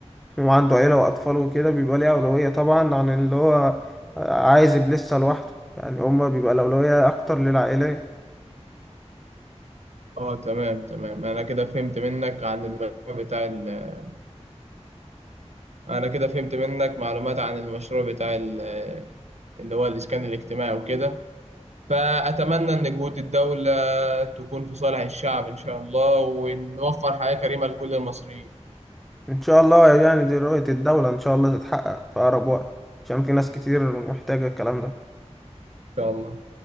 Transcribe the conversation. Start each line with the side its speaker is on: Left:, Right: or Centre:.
Centre: وعنده عيلة وأطفال وكده بيبقى ليه أولوية طبعا عن اللي هو عايز يبقى لسه لوحده يعني هما بيبقى الأولوية أكتر للعائلات
Right: اه تمام تمام انا كده فهمت منك عن المشروع بتاع ال... آه، انا كده فهمت منك معلومات عن المشروع بتاع ال... آه، اللي هو الاسكان الاجتماعي وكده فاتمنى ان جهود الدولة تكون في صالح الشعب ان شاء الله ونوفر حياة كريمة لكل المصريين ان
Centre: ان شاء الله يعني دي رؤية الدولة ان شاء الله تتحقق في اقرب وقت عشان في ناس كتير محتاجة الكلام ده
Right: شاء الله